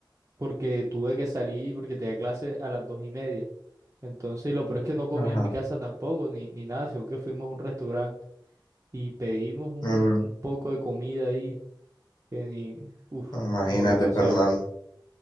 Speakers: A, on the right (about 40°); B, on the left (about 60°).
A: porque tuve que salir porque tenía clase a las dos y media. Entonces, lo peor es que no comí
B: Ajá.
A: en mi casa tampoco, ni, ni nada, sino que fuimos a un restaurante. y pedimos un,
B: Mm,
A: un poco de comida ahí, que ni, uff,
B: imagínate,
A: no, demasiado.
B: Fernando.